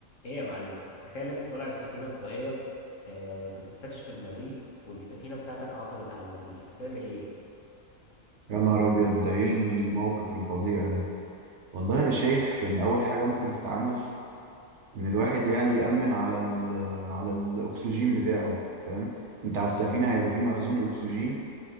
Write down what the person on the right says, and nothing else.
يا نهار أبيض ده إيه الموقف الفظيع ده والله أنا شايف يعني أول حاجة ممكن تتعمل إن الواحد يعني يأمن على ال على الأكسجين بتاعه فاهم أنت على السفينة هيبقى فيه مخزون أكسجين